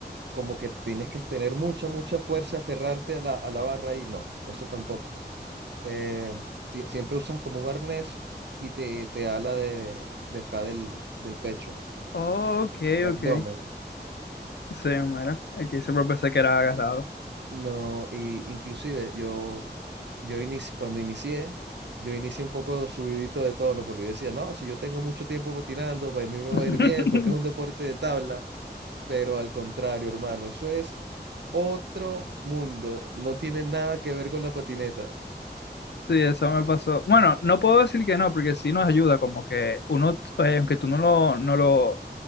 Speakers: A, on the right; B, on the left.
A: como que tienes que tener mucha, mucha fuerza, aferrarte a la, a la barra y no, eso tampoco. Eh, si- siempre usas como un arnés y te, te ala de, de acá del, del pecho,
B: Oh, ok,
A: del abdomen.
B: ok. Sí, mira, aquí siempre pensé que era agarrado.
A: No, y inclusive yo, yo inici- cuando inicié, yo inicié un poco subidito de tono porque yo decía, no, si yo tengo mucho tiempo patinando, para mí me va
B: <laughs>
A: a ir bien porque es un deporte de tabla, pero al contrario, hermano, eso es otro mundo, no tiene nada que ver con la patineta.
B: Sí, eso me pasó. Bueno, no puedo decir que no, porque sí nos ayuda, como que uno, eh, aunque tú no lo, no lo,